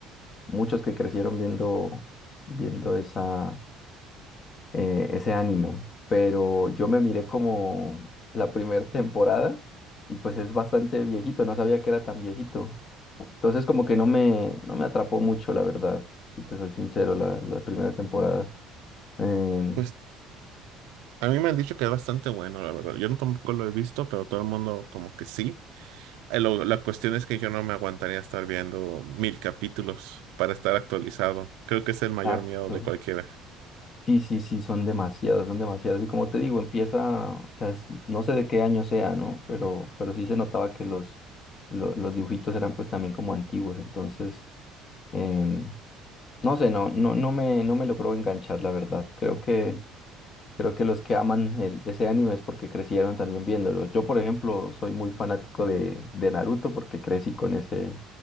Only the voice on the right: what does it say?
pues A mí me han dicho que es bastante bueno, la verdad. Yo no- tampoco lo he visto, pero todo el mundo como que sí. Eh, lo- la cuestión es que yo no me aguantaría estar viendo mil capítulos para estar actualizado. Creo que es el mayor
miedo de cualquiera.